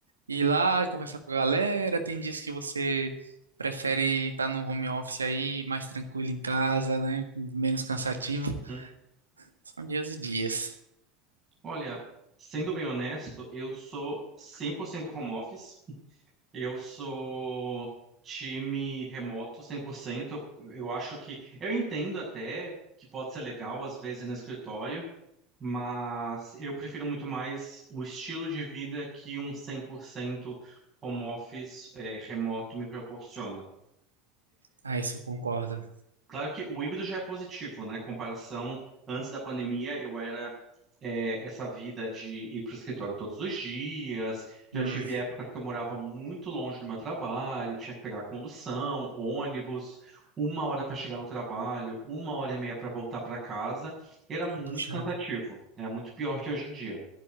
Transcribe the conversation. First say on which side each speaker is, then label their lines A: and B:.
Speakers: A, on the right; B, on the right.
A: ir lá conversar com a galera, tem dias que você prefere estar no home office aí, mais tranquilo em casa, né? Menos cansativo.
B: Uhum.
A: São dias e dias.
B: Olha, sendo bem honesto, eu sou 100% home office. Eu sou time remoto cem por cento Eu, eu acho que. Eu entendo até que pode ser legal, às vezes, no escritório, mas eu prefiro muito mais o estilo de vida que um 100% home office, eh, remoto me proporciona.
A: Ah, isso eu concordo.
B: Claro que o híbrido já é positivo, né? Comparação, antes da pandemia, eu era é, essa vida de ir para o escritório todos os dias. Já
A: Hum,
B: tive épocas que eu morava muito longe do meu trabalho, tinha que pegar condução, ônibus, uma hora para chegar no trabalho, uma hora e meia para voltar para casa. Era muito
A: é puxado.
B: cansativo, é muito pior que hoje em dia.